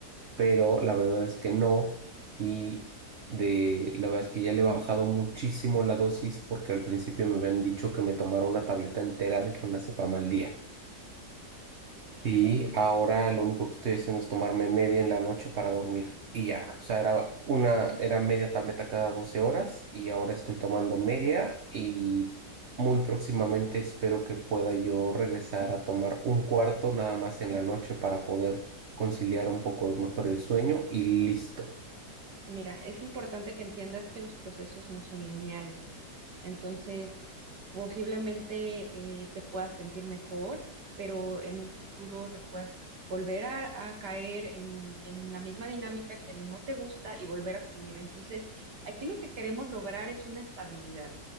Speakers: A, on the right (about 45°); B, on the right (about 70°).
A: pero la verdad es que no. Y de la verdad es que ya le he bajado muchísimo la dosis porque al principio me habían dicho que me tomara una tableta entera de clonazepam al día. Y ahora lo único que estoy haciendo es tomarme media en la noche para dormir. Y ya, o sea, era una, era media tableta cada 12 horas y ahora estoy tomando media y muy próximamente espero que pueda yo regresar a tomar un cuarto nada más en la noche para poder conciliar un poco mejor el sueño y listo.
B: Mira, es importante que entiendas que los procesos no son lineales. Entonces, posiblemente eh, te puedas sentir mejor, pero en un futuro te puedas volver a, a caer en, en la misma dinámica que no te gusta y volver a subir. Entonces, aquí lo que queremos lograr es una estabilidad.